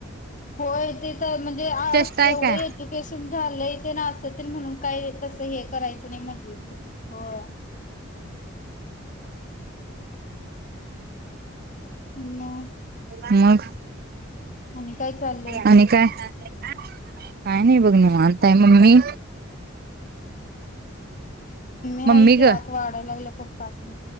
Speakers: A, on the left; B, on the right.
A: होय ते म्हणजे अस
B: चेष्टा
A: एवढं
B: आहे काय
A: एज्युकेशन झालंय ते अस ते म्हणून काय तस हे करायचं नाही हो मग
B: मग
A: आणि काय चाललंय
B: आणि काय काय नाही बघ निवांत आय मम्मी
A: हाय
B: मम्मी
A: की
B: ग
A: आत वाढायला लागल्या पप्पासनी.